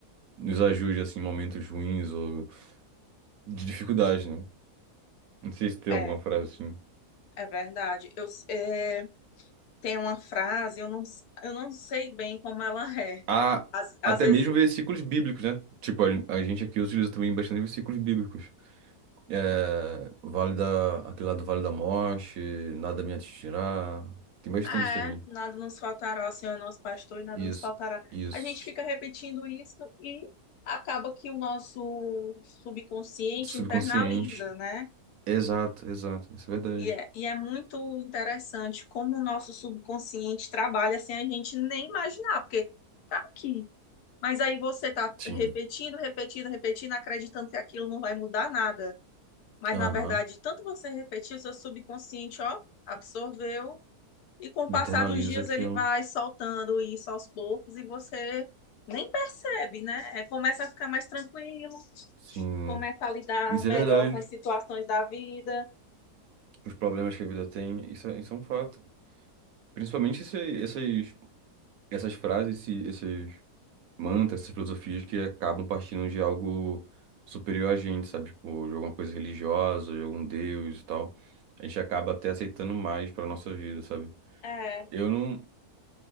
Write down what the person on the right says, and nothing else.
nos ajude assim, em momentos ruins ou de dificuldade, né? Não sei se tem
alguma frase assim.
Há
até
mesmo versículos bíblicos, né? Tipo, a, a gente aqui utiliza também bastante versículos bíblicos. É, vale da, aquele lá do Vale da Morte, nada me atingirá. Tem bastante
também.
Isso,
isso.
Subconsciente.
Exato, exato. Isso é verdade.
Sim.
Aham.
Internaliza
aquilo.
Sim.
Isso
é verdade.
Os problemas que a vida tem, isso é, isso é um fato. Principalmente esse- essas, essas frases, esse- esses mantras, essas filosofias que acabam partindo de algo superior a gente, sabe? Tipo, de alguma coisa religiosa, de algum deus e tal. A gente acaba até aceitando mais para nossa vida, sabe?
Eu não,